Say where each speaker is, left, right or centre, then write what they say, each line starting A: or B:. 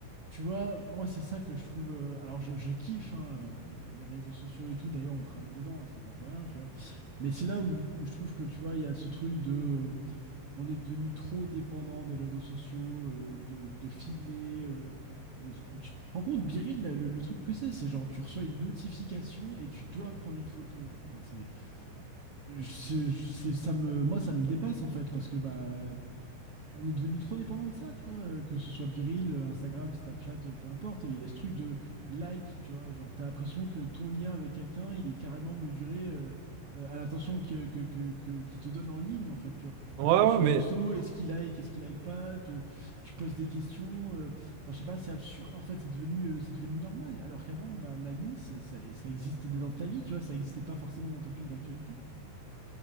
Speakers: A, on the right (about 65°); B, on the right (about 85°).
A: tu vois, moi, c'est ça que je trouve. euh, alors, je, je kiffe hein, euh, les réseaux sociaux et tout. D'ailleurs, on travaille dedans, c'est pas pour rien, tu vois. Mais c'est là où, où je trouve que, tu vois, il y a ce truc de. euh, on est devenu trop dépendant des réseaux sociaux, euh, de, de filmer. euh, euh, tu te rends compte, Biril, le, le truc que c'est, c'est genre, tu reçois une notification et tu dois prendre une photo. Genre, enfin, c'est. je- je- ça me, moi, ça me dépasse en fait parce que bah, on est devenu trop dépendant de ça, tu vois, euh, que ce soit Biril, euh, Instagram, Snapchat, euh, peu importe. Il y a ce truc de like, tu vois, genre t'as l'impression que ton lien avec quelqu'un, il est carrément mesuré euh, euh, à l'attention que, que, que- que- qu'il te donne en ligne en fait, tu vois.
B: Ouais,
A: Tu postes
B: ouais,
A: une
B: mais
A: photo, est-ce qu'il like, est-ce qu'il like pas, tu, tu poses des questions, euh, enfin je sais pas, c'est absurde en fait, c'est devenu, euh, c'est devenu normal. Alors qu'avant, bah, un ami, ça, ça, ça existait dans ta vie, tu vois, ça existait pas forcément dans ton fil d'actualité.